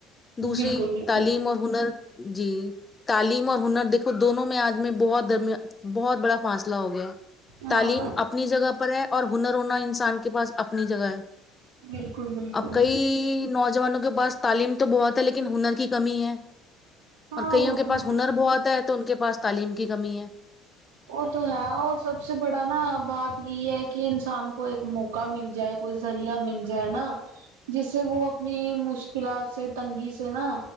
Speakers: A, on the right; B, on the left.
A: ہیں۔
B: دوسری
A: بالکل بالکل
B: تعلیم اور ہنر جی تعلیم اور ہنر دیکھو دونوں میں آج میں بہت درمی بہت بڑا فاصلہ ہو گیا ہے
A: ہاں
B: تعلیم اپنی جگہ پر ہے اور ہنر ہونا انسان کے پاس اپنی جگہ ہے
A: بالکل بالکل
B: اب کئی نوجوانوں کے پاس تعلیم تو بہت ہے لیکن ہنر کی کمی ہے
A: ہاں
B: اور کئیوں
A: وہ
B: کے
A: تو
B: پاس
A: ہے
B: ہنر بہت ہے تو ان کے پاس تعلیم کی کمی ہے
A: وہ تو ہے اور سب سے بڑا نا بات یہ ہے کہ انسان کو ایک موقع کا مل جائے کوئی ذریہ مل جائے نا جس سے وہ اپنی مشکلات سے تنگی سے نا